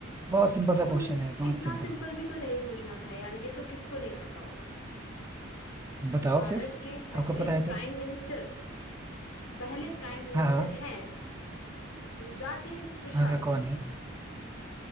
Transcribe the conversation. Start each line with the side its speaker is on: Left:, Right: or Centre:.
Right: बहुत सिंपल सा
Left: तुम
Right: क्वेश्चन है बहुत
Left: इतना
Right: सिंपल
Left: सिंपल भी तो नहीं पूछना था यार ये तो किसको नहीं पता होगा
Right: बताओ
Left: भारत
Right: फिर
Left: के पहले
Right: आपको पता है
Left: प्राइम
Right: तो
Left: मिनिस्टर पहले प्राइम मिनिस्टर
Right: हाँ
Left: हैं राजेंद्र प्रसाद
Right: हाँ हाँ, कौन है